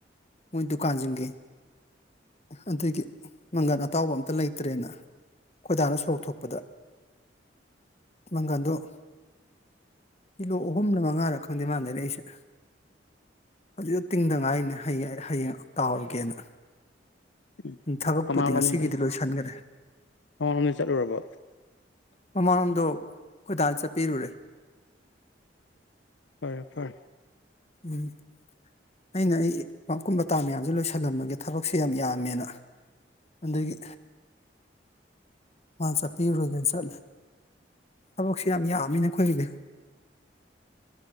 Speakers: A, on the left (about 35°); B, on the left (about 85°).
A: ꯃꯣꯏ ꯗꯨꯀꯥꯟꯁꯤꯡꯒꯤ ꯑꯗꯨꯗꯒꯤ ꯃꯪꯒꯟ ꯑꯇꯥꯎꯕ ꯑꯝꯇ ꯂꯩꯇ꯭ꯔꯦꯅ ꯈꯣꯏꯗꯥꯅ ꯁꯣꯔꯣꯛ ꯊꯣꯛ ꯄꯗ ꯃꯪꯒꯟꯗꯣ ꯀꯤꯂꯣ ꯑꯍꯨꯝꯅ ꯃꯉꯥꯔ ꯈꯪꯗꯦ ꯃꯥꯜꯂꯔꯛ ꯑꯩꯁꯦ ꯍꯧꯖꯤꯛꯗ ꯇꯤꯡꯗꯉꯥꯏꯅꯦꯡ ꯍꯌꯦꯡ ꯇꯥꯎꯔꯒꯦꯅ
B: ꯎꯝ
A: ꯊꯕꯛꯄꯨꯗꯤ
B: ꯃꯃꯥꯡꯂꯣꯝꯗ
A: ꯉꯁꯤꯒꯤꯗꯤ ꯂꯣꯏꯁꯤꯟꯈ꯭ꯔꯦ
B: ꯃꯃꯥꯡꯂꯣꯝꯗ ꯆꯠꯂꯨꯔꯕꯣ
A: ꯃꯃꯥꯂꯣꯝꯗꯣ ꯀꯣꯏꯗꯥꯜ ꯆ ꯄꯤꯔ ꯎꯔꯦ
B: ꯐꯔꯦ ꯐꯔꯦ
A: ꯎꯝ ꯑꯩꯅ ꯑꯩ ꯄꯀꯨꯝ ꯃꯇꯇꯥ ꯃꯌꯥꯝꯁꯦ ꯂꯣꯏꯁꯤꯜꯂꯝꯃꯒꯦ ꯊꯕꯛꯁꯦ ꯌꯥꯝ ꯌꯥꯝꯃꯦꯅ ꯑꯗꯨꯗꯒꯤ ꯃꯥ ꯆꯠꯄꯤꯔꯨꯔꯨꯔꯒꯦꯅ ꯆꯠꯂꯦ ꯊꯕꯛꯁ ꯌꯥꯝ ꯌꯥꯝꯃꯤꯅ ꯑꯩꯈꯣꯏꯒꯤꯗꯤ